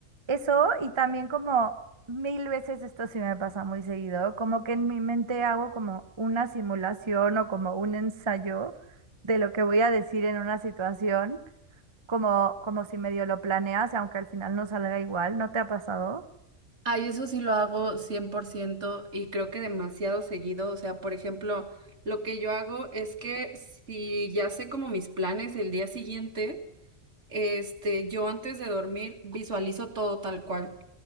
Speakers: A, on the right; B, on the right.
A: Eso, y también como mil veces esto sí me pasa muy seguido, como que en mi mente hago como una simulación o como un ensayo de lo que voy a decir en una situación. como, como si medio lo planeas y aunque al final no salga igual, ¿no te ha pasado?
B: Ay, eso sí lo hago cien por ciento Y creo que demasiado seguido, o sea, por ejemplo, lo que yo hago es que si ya sé como mis planes el día siguiente, este, yo antes de dormir visualizo todo tal cual.